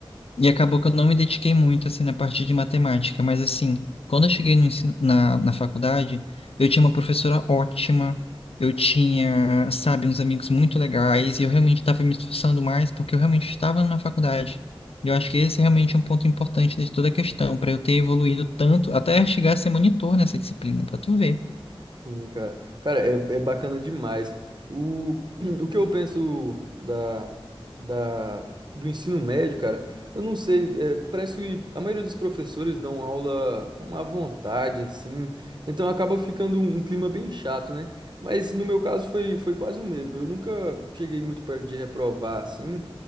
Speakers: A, on the left (about 80°); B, on the right (about 50°).
A: E acabou que eu não me dediquei muito, assim, na parte de matemática, mas, assim, quando eu cheguei no ensino, na, na faculdade, eu tinha uma professora ótima, eu tinha, sabe, uns amigos muito legais, e eu realmente estava me esforçando mais porque eu realmente estava na faculdade. E eu acho que esse é realmente um ponto importante né, de toda a questão, para eu ter evoluído tanto, até chegar a ser monitor nessa disciplina, para tu ver.
B: Sim, cara. Cara, é, é bacana demais. O, <clears throat> o que eu penso da, da, do ensino médio, cara, eu não sei, é, parece que a maioria dos professores dão aula com uma vontade, assim, então acaba ficando um, um clima bem chato, né? Mas no meu caso foi, foi quase o mesmo. Eu nunca cheguei muito perto de reprovar, assim,